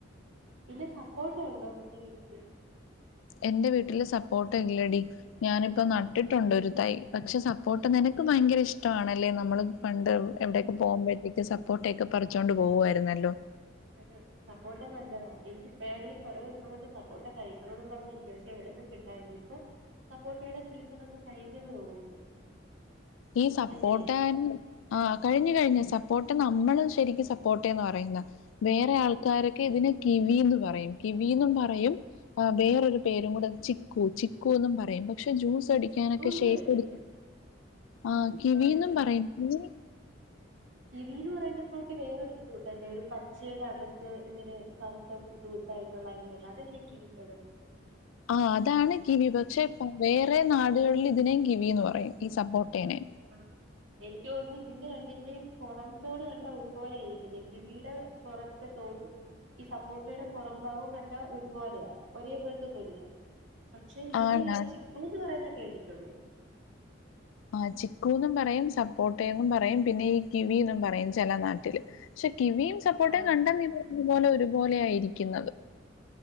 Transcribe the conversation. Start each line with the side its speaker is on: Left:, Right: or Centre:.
Right: പിന്നെ സപ്പോട്ടോണ്ടോ നിന്റെ വീട്ടില്
Left: എൻ്റെ വീട്ടില് സപ്പോട്ടഇല്ലടി ഞാനിപ്പോ നട്ടിട്ടുണ്ട് ഒരു തൈ. പക്ഷെ സപ്പോട്ട് നിനക്ക് ഭയങ്കര ഇഷ്ടണല്ലേ നമ്മള് പണ്ട് എവിടയൊക്കെ പോകുമ്പഴത്തേക്ക് സപ്പോട്ട ഒക്കെ പറിച്ചുകോണ്ട് പോകായിരുന്നല്ലോ
Right: അതെ സപ്പോട്ട് നല്ലത. എനിക് പേനി കൊറേ ദിവസം കൊണ്ട് സപ്പോട്ട് കഴിക്കണന്ന് പറഞ്ഞിരിക്കും പക്ഷെ എവിടന്ന കിട്ടായില ഇപ്പൊ സപ്പോട്ടയുടെ സീസൺ ഒക്കെ കഴിഞ്ഞന്ന് തോന്നുന്നു
Left: ഈ സപ്പോട്ടൻ
Right: അല്ലേ
Left: ആ കഴിഞ്ഞു കഴിഞ്ഞു. സപ്പോട്ട് നമ്മള് ശരിക്കും സപ്പോട്ടന്ന് പറയുന്ന വേറെ ആൾക്കാരൊക്കെ ഇതിനെ കിവിയന്ന് പറയും കിവിന്ന് പറയും ആ വേറൊരു പേരും കൂടെ ചിക്കു. ചിക്കു എന്നും പറയും പക്ഷെ ജ്യൂസ് അടിക്കാനൊക്കെ
Right: ചിക്കൂന്ന്
Left: ഷേക്ക്ട
Right: കേട്ടിട്ടുണ്ട്
Left: ആ കിവിയന്നും
Right: ആഹ് ചി
Left: പറയുന്ന മ്മ്
Right: കിവിന്ന് പറയുന്ന ഫ്രൂട്ട് വേറൊരു ഫ്രൂട്ടല്ലേ ഒരു പച്ചയുടെ അകത്ത് ഇങ്ങനെ കറുത്ത കുത്തുകത്തായിട്ടുള്ള അരി അതല്ലേ കിവി ഇപ്പഴം
Left: ആഹ് അതാണ് കിവി പക്ഷെ വേറെ നാടുകളില് ഇതിനേം കിവിയന്ന് പറയും ഈ സപ്പോട്ടേനെ
Right: ആ എനിക്ക് തോന്നുന്നു ഇതിന്റെ രണ്ടിന്റെയും പൊറംത്തോട് കണ്ട ഒരുപോലൊയിരിക്കുന്നു കിവിടെ പൊറത്തെതോടും ഈ സപ്പോട്ടയുടെ പൊറഭാഗവും കണ്ട ഒരുപോലെയാ ഒരേ പോലത്തെ തെലിയാ പക്ഷെ ഇതിനെ
Left: ആണാണ്
Right: ഞാൻ ചിക്കൂന്ന് പറയുന്ന കേട്ടിട്ടുണ്ട്
Left: ആ ചിക്കൂന്നും പറയും സപ്പോട്ടെ പറയും പിന്നെ ഈ കിവിന്ന് പറയും ചെല നാട്ടില് പക്ഷെ കിവിയും സപ്പോട്ടെ
Right: ആഹ്
Left: കണ്ട ഇ പറഞ്ഞ പോലെ ഒരുപോലെയയിരിക്കുന്നത്